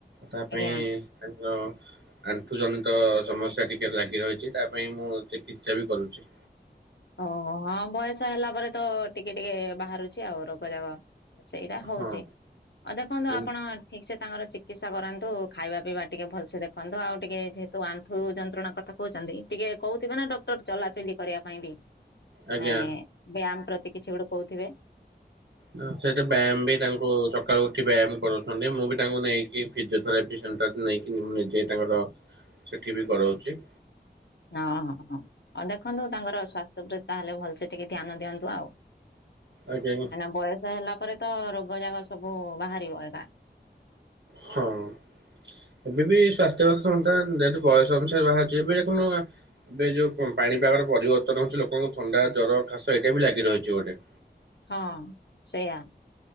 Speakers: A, on the right (about 80°); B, on the left (about 75°).
A: ତା ପାଇଁ
B: ଆଜ୍ଞା
A: ତାଙ୍କର ଆଣ୍ଠୁଜନିତ ସମସ୍ୟା ଟିକେ ଲାଗି ରହିଛି ତା ପାଇଁ ମୁଁ ଚିକିତ୍ସା ବି କରୁଚି।
B: ଓ ହଁ ବୟସ ହେଲା ପରେ ତ ଟିକେ ଟିକେ ବାହାରୁଚି ଆଉ ରୋଗ ଯାକ। ସେଇଟା ହଉଚି
A: ହଁ
B: ଆଉ ଦେଖନ୍ତୁ
A: ଯେମିତି-
B: ଆପଣ ଠିକ୍ ସେ ତାଙ୍କର ଚିକିତ୍ସା କରାନ୍ତୁ ଖାଇବା ପିଇବା ଟିକେ ଭଲସେ ଦେଖନ୍ତୁ ଆଉ ଟିକେ ଯେହେତୁ ଆଣ୍ଠୁ ଯନ୍ତ୍ରଣା କ ଥା କହୁଛନ୍ତି ଟିକେ କହୁଥିବେ ନା ଡକ୍ଟର ଚଲାଚଲି କରିବା ପାଇଁ ବି?
A: ଆଜ୍ଞା।
B: ନାଇଁ ବ୍ୟାୟାମ୍ ପ୍ରତି କିଛି ଗୋଟେ କହୁଥିବେ।
A: ହଁ ସେଟା ବ୍ୟାୟାମ୍ ବି ତାଙ୍କୁ ଭୋର୍ ସକାଳୁ ଉଠି ବ୍ୟାୟାମ କରୁଛନ୍ତି ମୁଁ ବି ତାଙ୍କୁ ନେଇକି ଫିଜିଓଥେରାପି ସେଣ୍ଟର ନେଇକି ମୁଁ ନେଇକି ଯିଏ ତାଙ୍କର ସେଠି ବି କରାଉଛି
B: ହଁ ହଁ ହଁ ଆଉ ଦେଖନ୍ତୁ ତାଙ୍କର ସ୍ୱାସ୍ଥ୍ୟ ଉପରେ ତାହେଲେ ଭଲସେ ଟିକେ ଧ୍ୟାନ ଦିଅନ୍ତୁ ଆଉ
A: ଆଜ୍ଞା ଆଜ୍ଞା
B: ନା ବୟସ ହେଲା ପରେ ତ ରୋଗ ଜାଗ ସବୁ ବାହାରିବ ଏକା
A: ହଁ ଏବେ ବି ସ୍ୱାସ୍ଥ୍ୟ ବ୍ୟବସ୍ଥା ନିହାତି ବୟସ ଅନୁସାରେ ବାହଛି ଏବେ ଦେଖୁ ଏବେ ଯୋଉ ପାଣିପାଗର ପରିବର୍ତ୍ତନ ହଉଛି ଲୋକଙ୍କୁ ଥଣ୍ଡା ଜର ଖାସ ଏଇଟା ବି ଲାଗି ରହିଛି ଗୋଟେ।
B: ହଁ ସେଇୟା